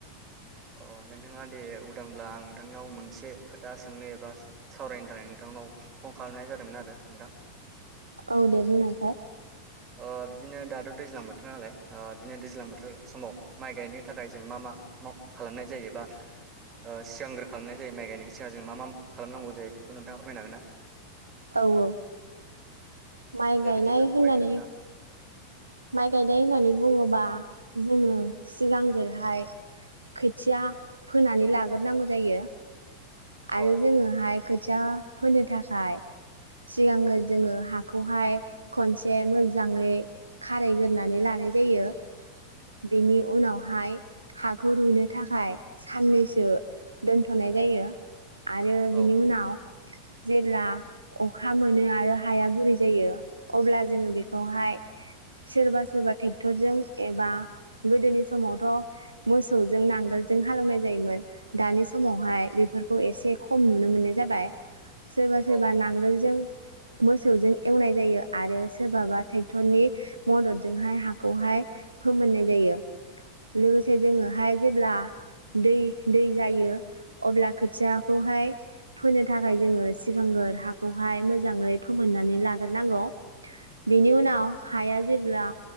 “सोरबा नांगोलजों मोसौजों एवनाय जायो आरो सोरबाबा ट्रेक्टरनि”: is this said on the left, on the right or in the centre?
Right